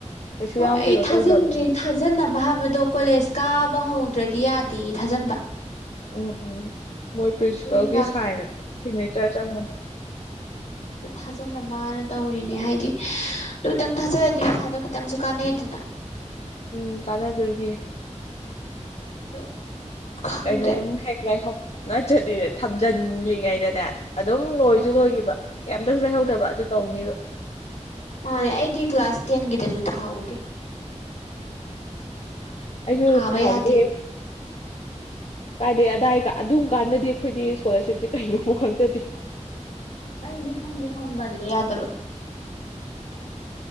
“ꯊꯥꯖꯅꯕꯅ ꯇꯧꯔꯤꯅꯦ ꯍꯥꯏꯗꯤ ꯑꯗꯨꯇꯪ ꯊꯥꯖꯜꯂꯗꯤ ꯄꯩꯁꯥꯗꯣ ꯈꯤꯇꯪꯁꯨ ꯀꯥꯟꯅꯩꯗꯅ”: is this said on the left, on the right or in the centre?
Left